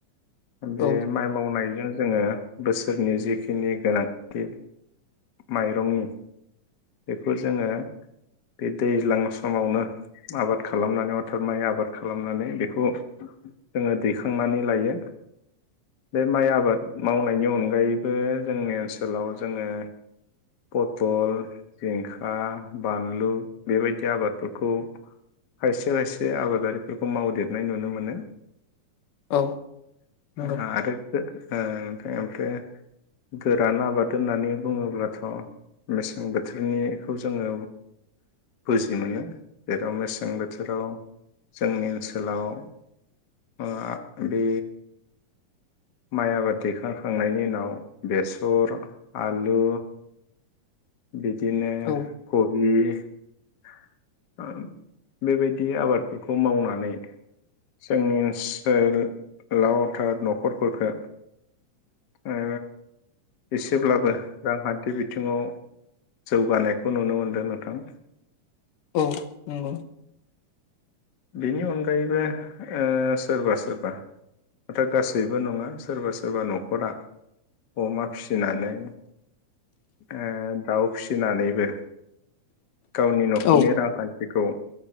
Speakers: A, on the left; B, on the left.
A: औ
B: बे माइ मावनायजों जोङो बोसोरनि जिखिनि गोनांथि माइरंनि बेफोर जोङो बे दैज्लां समावनो आबाद खालामनानै अर्थार माइ आबाद खालामनानै बेखौ जोङो दैखांनानै लायो बे माइ आबाद मावनायनि अनगायैबो जोंनि ओनसोलाव जोङो पथल जिंखा, बानलु बेबायदि आबादफोरखौ खायसे खायसे आबादारिफोरखौ मावदेरनाय नुनो मोनो।
A: औ नंगौ
B: ओ आरो थो ओ ओमफ्राय गोरान आबाद होननानै बुङोब्लाथ' मेसें ओं बोथोरनिखौ जोङो बुजि मोनो। जेराव मेसें बोथोराव जोंनि ओनसोलाव ओ बे माइ आबाद दैखांखांनायनि उनाव बेसर, आलु, बिदिनो
A: औ
B: कबि <unintelligible> ओम बेबायदि आबादफोरखौ मावनानै जोंनि ओनसोलाव आरथाद न'खरफोरखौ ओ एसेब्लाबो रांखान्थि बिथिङाव जौगानायखौ नुनो मोनदों नोंथां।
A: औ नंगौ
B: बेनि अनगायैबो ओ सोरबा सोरबा हथाथ गासैबो नङा सोरबा सोरबा न'खरा अमा फिसिनानै ओ दाउ फिसिनानैबो गावनि न'खरनि
A: औ
B: रांखान्थिखौ